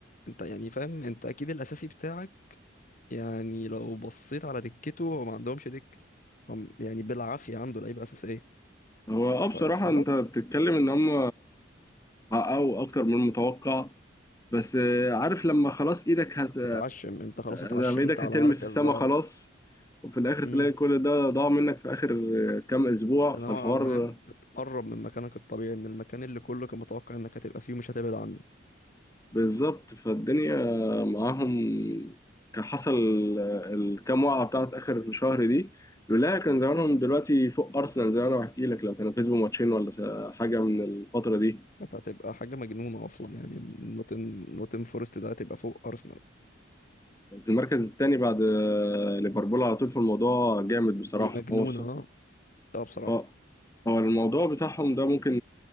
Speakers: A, on the left; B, on the left.
A: انت يعني فاهم انت اكيد الاساسي بتاعك يعني لو بصيت على دكته هو ما عندهمش دك هم يعني بالعافية عنده لعيبة اساسية
B: هو
A: فخلاص
B: اه بصراحه انت بتتكلم ان هم حققوا اكتر من المتوقع بس آه، عارف لما خلاص ايدك هت... آه،
A: تتعشم انت خلاص اتعشمت
B: آه، لما ايدك
A: على
B: هتلمس
A: مركز
B: السما
A: بقى
B: خلاص وفي الاخر تلاقي
A: امم
B: كل ده ضاع منك في اخر آه، كام اسبوع
A: نوعا
B: فالحوار
A: ما بتقرب من مكانك الطبيعي من المكان اللي كله كان متوقع انك هتبقى فيه ومش هتبعد عنه
B: بالظبط فالدنيا معاهم كان حصل الكام وقعة بتاعت آخر الشهر دي لولاها كان زمانهم دلوقتي فوق أرسنال زي ما أنا بحكي لك لو كانوا كسبوا ماتشين ولا س- حاجة من الفترة دي
A: انت هتبقى حاجة مجنونة اصلا يعني نوتن نوتن فورست ده هتبقى فوق ارسنال
B: في المركز الثاني بعد ليفربول على طول في الموضوع جامد بصراحة
A: دي مجنونة
B: هو بص-
A: اه آه، بصراحة
B: هو هو الموضوع بتاعهم ده ممكن